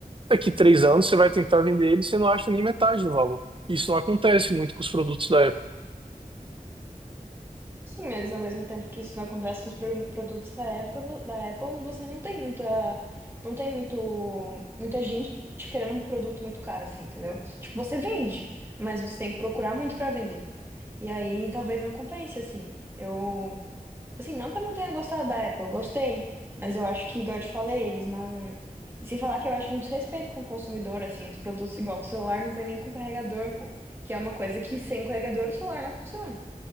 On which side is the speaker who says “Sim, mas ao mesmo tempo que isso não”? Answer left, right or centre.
Right